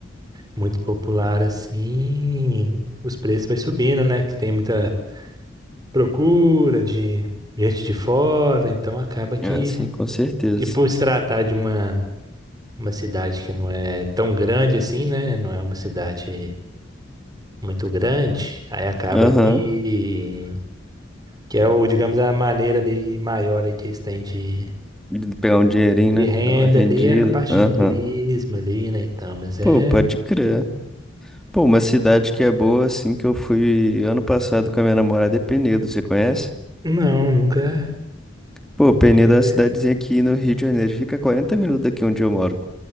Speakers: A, on the right; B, in the centre.
A: muito popular assim, os preços vai subindo, né? Que tem muita procura de gente de fora, então acaba que,
B: Ah, sim, com certeza.
A: que por se tratar de uma, uma cidade que não é tão grande assim, né? Não é uma cidade muito grande, aí acaba
B: Aham.
A: que, que é o, digamos, a maneira ali maior aí que eles têm de,
B: De Pegar um dinheirinho,
A: de
B: né?
A: renda
B: Dar uma rendida.
A: ali é a parte
B: Aham.
A: de turismo ali, né? Então, mas é.
B: Pô, pode crer. Pô, uma cidade que é boa, assim, que eu fui ano passado com a minha namorada é Penedo, você conhece?
A: Não, nunca,
B: Pô,
A: nunca
B: Penedo
A: cheguei
B: é uma cidadezinha
A: a. ver.
B: aqui no Rio de Janeiro. Fica 40 minutos daqui onde eu moro.